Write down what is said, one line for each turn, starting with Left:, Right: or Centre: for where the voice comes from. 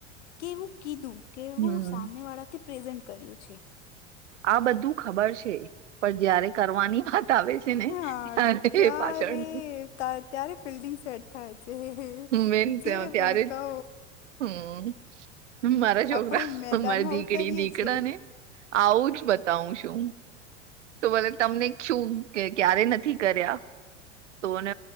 Left: કેવું કીધું કેવું
Right: હમ
Left: સામેવાળાથી પ્રેઝન્ટ કર્યું છે.
Right: આ બધું ખબર છે. પણ જયારે કરવાની વાત આવે છે ને
Left: હા
Right: ત્યારે
Left: ત્યારે
Right: પાછળ.
Left: ત્યારે ફિલ્ડિંગ સેટ થાય છે
Right: મેન
Left: જે
Right: ત
Left: પણ
Right: ત્યારે જ
Left: કહો
Right: હમ. મારા છોકરા
Left: આપણે મેદાનમાં
Right: મારી દીકડી
Left: ઉતરીએ
Right: દીકડા
Left: છીએ.
Right: ને આવુંજ બતાવું છું. તો ભલે તમને શું ક્યારે નથી કર્યા. તો હું